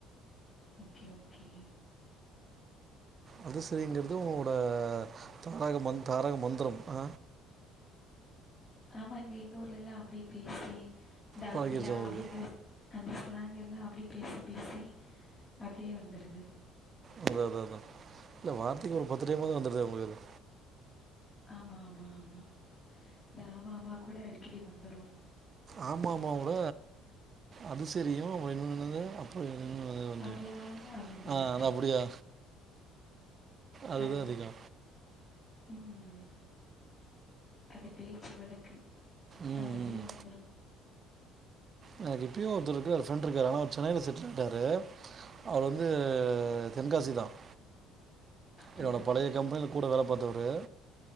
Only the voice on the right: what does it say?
அது செரிங்கறது உங்களோட தாரக மந்த் தாரக மந்திரம் அ
பழகிருச்சு
அவங்களுக்கு
அதா அதா அதா இல்ல வார்த்தைக்கு ஒரு பத்து டைமாவது வந்துருதே உங்களுக்கு
ஆமாமாவோட அதுசரியு இன்னொன்னு என்னது அது அப்ப அது வந்து
அ
அது அப்டியா அதுதான்
அதிகோ
ம்
ம்
எனக்கு இப்பயு ஒருத்தர் இருக்காரு ஃப்ரெண்ட்டு இருக்காரு ஆனா அவர் சென்னைல செட்டில்ட்டாரு அவரு வந்து தென்காசிதான்
என்னோட பழைய கம்பெனில கூட வேல பாத்தவரு